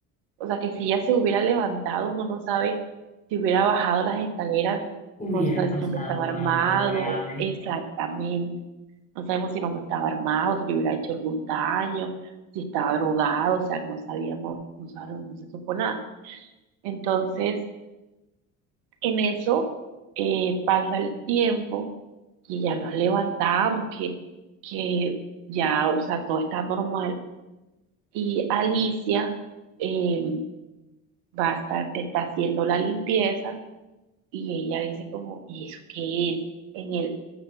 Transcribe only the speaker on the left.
Hubiera
pasado
algo grave.